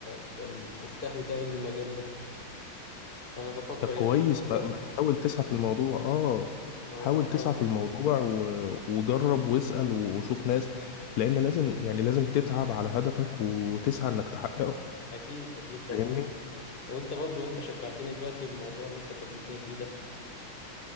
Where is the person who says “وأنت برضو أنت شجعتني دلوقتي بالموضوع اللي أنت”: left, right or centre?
Left